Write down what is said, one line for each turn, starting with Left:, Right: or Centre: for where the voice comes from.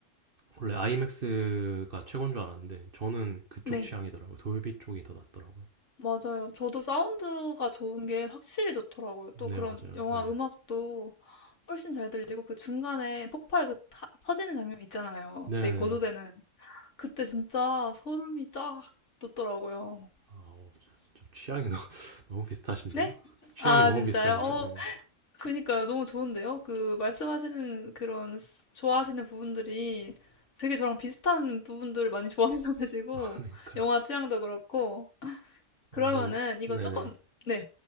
Right: 원래 아이맥스가 최고인 줄 알았는데 저는 그쪽
Left: 네.
Right: 취향이더라고요. 돌비 쪽이 더 낫더라고요.
Left: 맞아요. 저도 사운드가 좋은 게 확실히 좋더라고요. 또
Right: 네
Left: 그런
Right: 맞아요.
Left: 영화
Right: 예.
Left: 음악도 훨씬 잘 들리고 그 중간에 폭발 그 타- 터지는 장면 있잖아요.
Right: 네네.
Left: 되게 고조되는. 그때 진짜 소름이 쫙 돋더라고요.
Right: 아 어, 좀 취향이 너무 <laughs> 너무 비슷하신데요.
Left: 네?
Right: <laughs> 취향이
Left: 아,
Right: 너무
Left: 진짜요?
Right: 비슷하신데.
Left: 어,
Right: 네.
Left: 그니까요. 너무 좋은데요? 그, 말씀하시는 그런, 스- 좋아하시는 부분들이 되게 저랑 비슷한 부분들을 많이 좋아하시고, 계시고,
Right: <laughs> 그러니까요.
Left: <laughs> 영화 취향도 그렇고, 그러면은,
Right: 아 그럼
Left: 이건
Right: 네네.
Left: 조금, 네.